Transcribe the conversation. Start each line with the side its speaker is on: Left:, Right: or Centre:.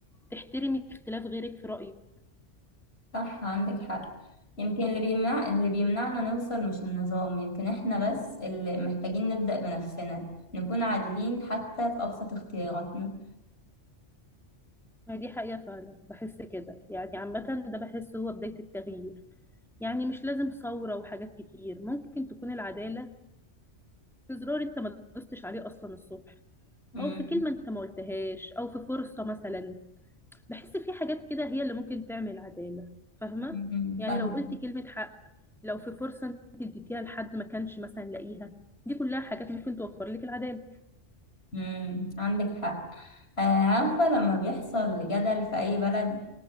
Centre: تحترمي اختلاف غيرك في رايك
Left: صح عندك حق يمكن اللي بيمنع اللي بيمنعنا نوصل مش النظام يمكن احنا بس اللي محتاجين نبدأ بنفسنا نكون عادلين حتى في أبسط اختياراتنا
Centre: ما دي حقيقه فعلا بحس كده يعني عامه ده بحسه هو بدايه التغيير يعني مش لازم ثورة وحاجات كتير ممكن تكون العدالة في زرار انت ما دوستش عليه اصلا الصبح
Left: مم.
Centre: او في كلمة انت ما قلتهاش او في فرصة مثلا بحس في حاجات كده هي اللي ممكن تعمل عدالة فاهمة
Left: مم.
Centre: يعني
Left: فاهم
Centre: لو قلت كلمة حق لو في فرصة انت اديتيها لحد ما كانش مثلا لاقيها دي كلها حاجات ممكن توفر لك العدالة
Left: مم. عندك حق آه، عارفة لما بيحصل جدل في أي بلد